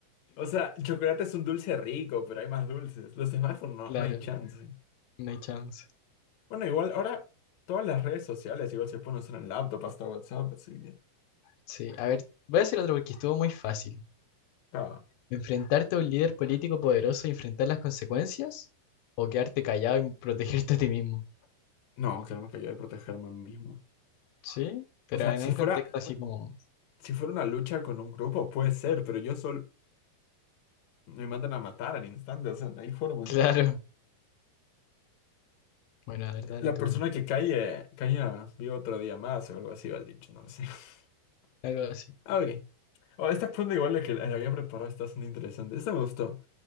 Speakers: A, on the left; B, on the left.
A: O sea, el chocolate es un dulce rico, pero hay más dulces. Los smartphones no,
B: claro,
A: no hay chance.
B: no hay chance.
A: Bueno, igual ahora todas las redes sociales igual se pueden usar en laptop hasta WhatsApp, así que.
B: Sí, a ver, voy a decir otro porque estuvo muy fácil.
A: Ah.
B: ¿Enfrentarte a un líder político poderoso y enfrentar las consecuencias? ¿O quedarte callado y protegerte a ti mismo?
A: No, que no me cayó de protegerme a mí mismo.
B: Sí, pero
A: O sea,
B: en
A: si
B: un
A: fuera.
B: contexto así como... <laughs>
A: Si fuera una lucha con un grupo, puede ser, pero yo solo me mandan a matar al instante, o sea, no hay forma.
B: Claro. Bueno, a ver,
A: Eh,
B: dale
A: La
B: tú
A: persona
B: una.
A: que cae, caía vive otro día más o algo así, va el dicho, no lo sé. <laughs>
B: Algo así.
A: Ah, Ok. Oh, esta pregunta igual la que la había preparado está siendo interesante. Esta me gustó.